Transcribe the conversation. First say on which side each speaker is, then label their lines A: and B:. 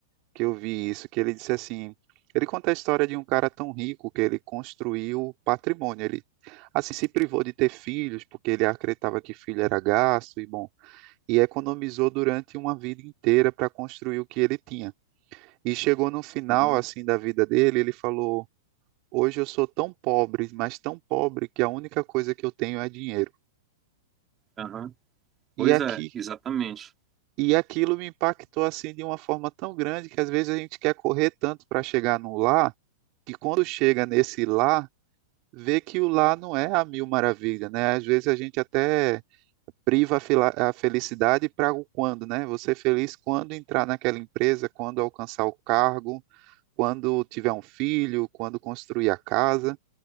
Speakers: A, on the right; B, on the right.
A: que eu vi isso, que ele disse assim, ele conta a história de um cara tão rico que ele construiu patrimônio, ele assim se privou de ter filhos porque ele acreditava que filho era gasto e bom, e economizou durante uma vida inteira para construir o que ele tinha. E chegou no final
B: Aham,
A: assim da vida dele, ele falou: "Hoje eu sou tão pobre, mas tão pobre que a única coisa que eu tenho é dinheiro".
B: aham.
A: E
B: Pois
A: aqui
B: é, exatamente.
A: e aquilo me impactou assim de uma forma tão grande que às vezes a gente quer correr tanto para chegar no lá que quando chega nesse lá, vê que o lá não é a mil maravilha, né? Às vezes a gente até priva a fila- a felicidade para o quando, né? Você é feliz quando entrar naquela empresa, quando alcançar o cargo, quando tiver um filho, quando construir a casa,